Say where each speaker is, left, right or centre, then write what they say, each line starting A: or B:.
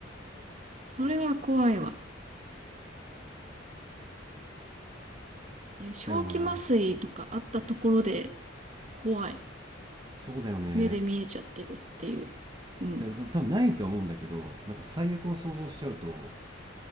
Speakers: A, on the right (about 40°); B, on the right (about 25°).
A: そそれは怖いわ。いや、正気麻酔とかあったところで
B: だよな。
A: 怖い。
B: そうだよね。
A: 目で見えちゃってるっていう。うん。
B: え多分ないとは思うんだけど、なんか最悪を想像しちゃうと、